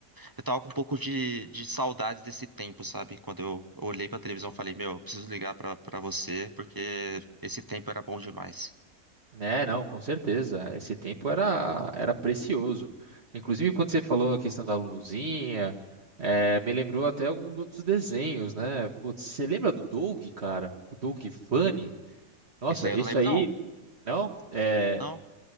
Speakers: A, on the right; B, on the right.
A: eu tava com um pouco de, de saudades desse tempo, sabe? Quando eu olhei pra televisão, eu falei, meu, eu preciso ligar pra, pra você, porque esse tempo era bom demais.
B: É, não, com certeza. Esse tempo era, era precioso. Inclusive, quando você falou a questão da Luluzinha, eh, me lembrou até alguns outros desenhos, né? Putz, você lembra do Doug, cara? O Doug Funny? Nossa,
A: Isso daí eu
B: isso
A: não lembro,
B: aí,
A: não.
B: não? é
A: Não?